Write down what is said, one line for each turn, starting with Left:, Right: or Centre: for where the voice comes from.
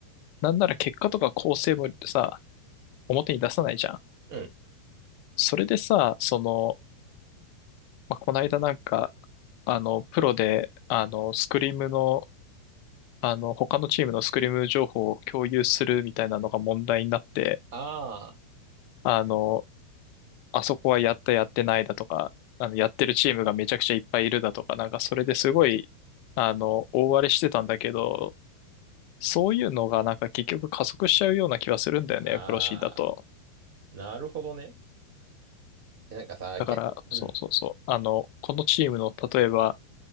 Left: なんなら結果とか構成もさ、表に出さないじゃん。
Right: うん。
Left: それでさ、その、まあ、この間なんか、あの、プロで、あの、スクリームの、あの、他のチームのスクリーム情報を共有するみたいなのが問題になって、
Right: あ
Left: あの、あそこはやったやってないだとか、あの、やってるチームがめちゃくちゃいっぱいいるだとか、なんかそれですごい、あの、大荒れしてたんだけど、そういうのがなんか結局加速しちゃうような気はするんだよね、
Right: あ。ああ。
Left: プロシーだと。
Right: なるほどね。えなんかさ、
Left: だから、
Right: 逆、うん。
Left: そうそうそう。あの、このチームの、例えば、